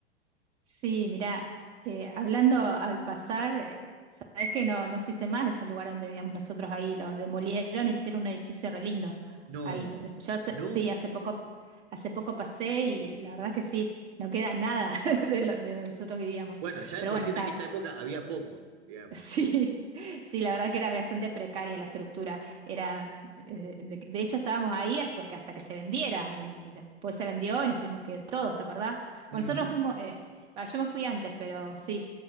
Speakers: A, on the right; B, on the right.
A: Sí, mira, eh, hablando al pasar, eh, sabes que no, no existe más esos lugares donde vivíamos nosotros ahí, los demolieron, hicieron un edificio re lindo
B: No,
A: ahí. Después yo hace-
B: no.
A: sí, hace poco, hace poco pasé y la verdad que sí, no queda nada <laughs> de lo- de donde nosotros vivíamos.
B: Bueno, ya
A: Pero
B: de por
A: bueno,
B: sí en aquella época había poco, digamos.
A: Sí, <laughs> sí, la verdad que era bastante precaria la estructura. Era, eh, de, de hecho, estábamos ahí es porque hasta que se vendiera y, y después se vendió y nos tuvimos que ir todos, ¿te acordás? Bueno,
B: Ujú,
A: nosotros nos fuimos, eh, ah, yo me fui antes, pero sí.